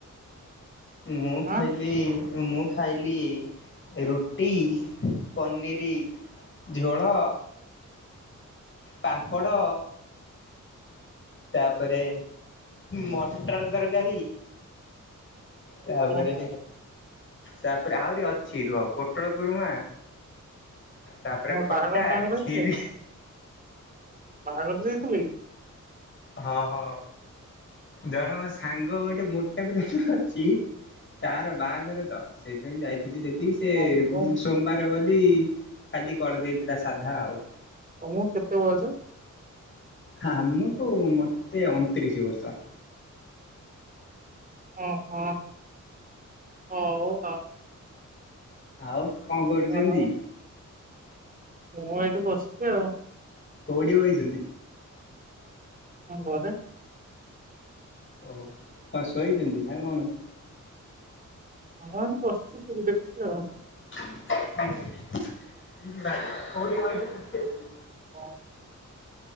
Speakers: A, on the left; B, on the right.
A: ମୁଁ ଖାଇଲି
B: ଆଁ
A: ମୁଁ ଖାଇଲି ରୁଟି ପନିରି ଝୋଳ ପାମ୍ପଡ଼ ତାପରେ ମଟର ତରକାରୀ। ତା ପରେ
B: ଓହୋ ହଁ
A: ତାପରେ ଆହୁରି ଅଛି ରୁହ ପୋଟଳ କୁରୁମା ତାପରେ
B: ହଁ
A: ଖଟା
B: ବାହାଘର ଫାହାଘର ହେଇଥିଲା
A: ଖିରି
B: କି ବାହାଘର ଯାଇଥିଲେ କି?
A: ହଁ ହଁ ଜଣେ ମୋ ସାଙ୍ଗ ଗୋଟେମୋ ମୋଟା ପିଲା ଟେ ଅଛି ତାର ବାହାଘର ତ ସେଇପାଇଁ ଯାଇଥିଲି ସେଠି ସେ
B: ଓହୋ କଣ
A: ସୋମବାର ବୋଲି ଖାଲି କରିଦେଇଥିଲା ସାଧା ଆଉ।
B: ତମକୁ କେତେ ବୟସ?
A: ଆମକୁ ମୋତେ ଅଣତିରିଶ ବର୍ଷ।
B: ଅହଁ ହଉ ଆଉ
A: ଆଉ କଣ କରୁଛନ୍ତି?
B: ଯା ହଉ ମୁଁ ଏଇଠି ବସିଛି ଆଉ।
A: କୋଉଠିବଇଛନ୍ତି?
B: ଆମ୍ ଘରେ।
A: ଓହ କଣ ଶୋଇଛନ୍ତି ନା କଣ?
B: ହଁ ଏମିତି ବସିଚୁ ଟିଭି ଦେଖୁଚି ଆଉ।
A: <inaudible>
B: ହଁ।